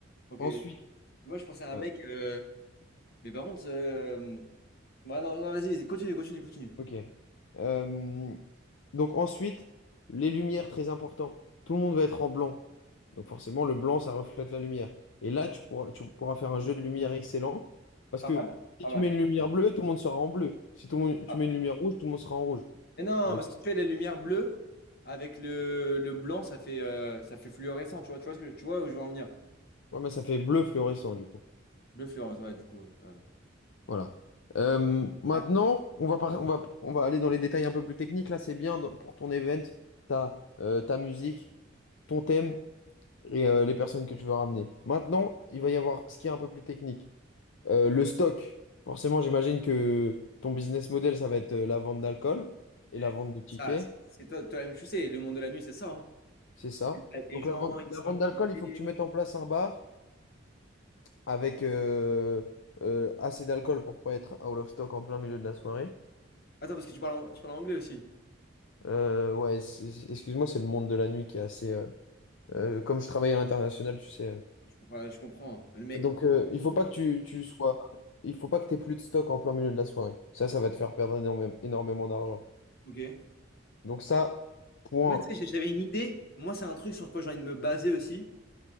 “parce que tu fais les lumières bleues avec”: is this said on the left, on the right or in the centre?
Left